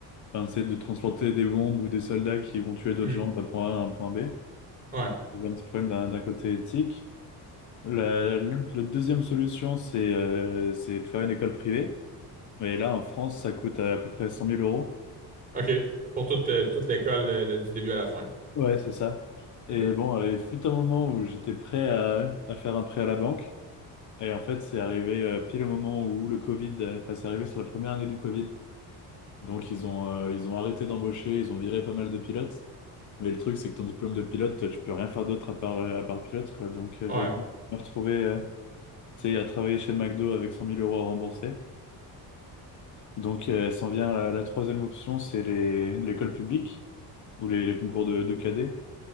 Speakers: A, on the left; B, on the right.
A: enfin, tu sais, de transporter des bombes ou des soldats qui vont tuer d'autres
B: Hmm.
A: gens d'un point A à un point B.
B: Ouais.
A: Il y a un petit problème d'un d'un côté éthique. La, la- la deuxième solution, c'est euh, c'est de faire une école privée. Et là, en France, ça coûte à, peu près cent mille euros.
B: OK. Pour toute, euh, toute l'école, euh, le- du début à la fin.
A: Ouais, c'est ça. Et
B: OK.
A: bon, euh, il fut un moment où j'étais prêt à, à faire un prêt à la banque. Et en fait, c'est arrivé euh, pile au moment où le Covid, euh, enfin, c'est arrivé sur la première année du Covid. Donc, ils ont, euh, ils ont arrêté d'embaucher, ils ont viré pas mal de pilotes. Mais le truc, c'est que ton diplôme de pilote, tu peux rien faire d'autre à part, euh, à part pilote, quoi. Donc, euh,
B: Ouais.
A: j'avais pas me retrouver. euh, Tu sais, il a travaillé chez McDo avec cent mille euros à rembourser. Donc, euh, s'en vient la, la troisième option, c'est les, l'école publique ou les, les concours de, de cadets.